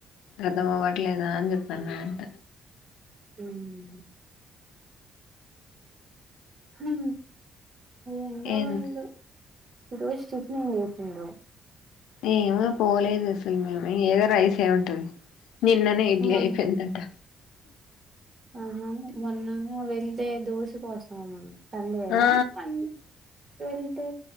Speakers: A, on the left; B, on the right.
A: అర్థం అవట్లేదా అని చెప్పి అన్నాదంట
B: మ్మ్ ఉ హా ఎందొ
A: ఏం
B: వాళ్లు ఈ రోజు టిఫన్ ఏం చేసిండో
A: ఏమో పోలేదు అసలు మేము ఏదో రైస్ ఏ ఉంటది నిన్ననే ఇడ్లీ
B: మొన్న
A: అయిపోయిందంట
B: హ ఆహా మొన్ ఏమో వెళ్తే దోసకోసం సండేనా
A: ఆ
B: నా మ్యాన్ వెళ్తే